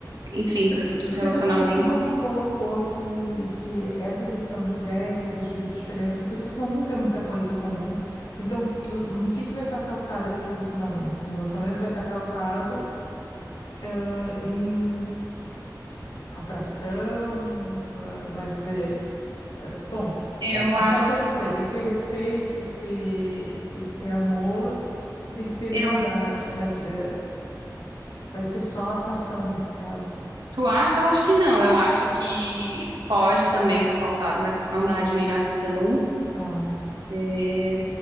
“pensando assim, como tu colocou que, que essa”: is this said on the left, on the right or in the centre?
Left